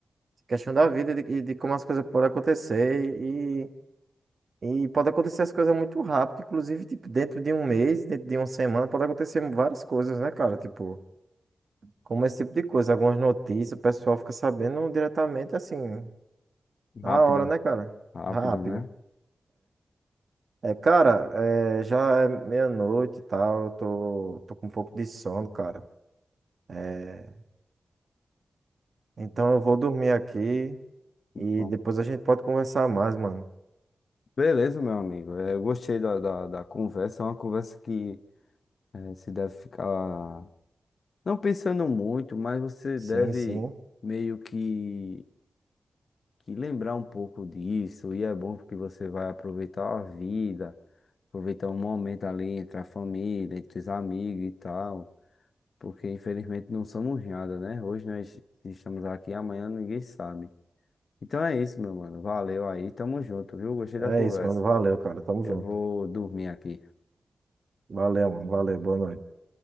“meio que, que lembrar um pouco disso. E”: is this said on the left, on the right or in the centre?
Left